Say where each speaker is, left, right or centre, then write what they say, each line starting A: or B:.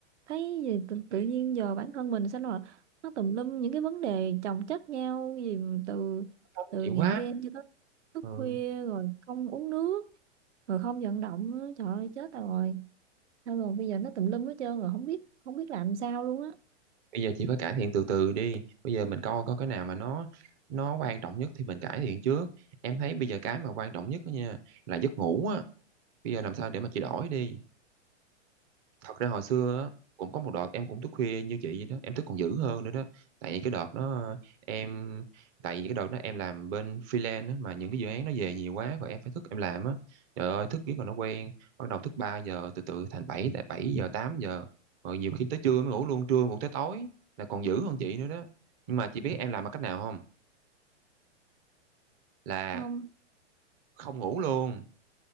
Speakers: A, on the right; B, on the right.
A: thấy gì tự,
B: Thì
A: tự nhiên giờ bản thân mình sao là nó tùm lum những cái vấn đề chồng chất nhau gì từ
B: Sống
A: từ
B: của chị
A: nghiện
B: quá.
A: game cho tới thức
B: Ừ.
A: khuya rồi không uống nước rồi không vận động nữa, trời ơi chết rồi Thôi rồi bây giờ nó tùm lum hết trơn rồi không biết không biết làm sao luôn á
B: bây giờ chị phải cải thiện từ từ đi bây giờ mình coi coi cái nào mà nó nó quan trọng nhất thì mình cải thiện trước em thấy bây giờ cái mà quan trọng nhất đó nha là giấc ngủ á bây giờ làm sao để mà chị đổi đi thật ra hồi xưa á, cũng có một đợt em cũng thức khuya như chị vậy đó em thức còn dữ hơn nữa đó tại cái đợt đó em tại vì cái đợt đó em làm bên freelance á, mà những cái dự án nó về nhiều quá rồi em phải thức em làm á trời ơi thức biết còn nó quen bắt đầu thức 3 giờ từ từ thành bảy tại 7 giờ 8 giờ rồi nhiều khi tới trưa mới ngủ luôn trưa ngủ tới tối là còn dữ hơn chị nữa đó nhưng mà chị biết em làm bằng cách nào không là
A: không
B: không ngủ luôn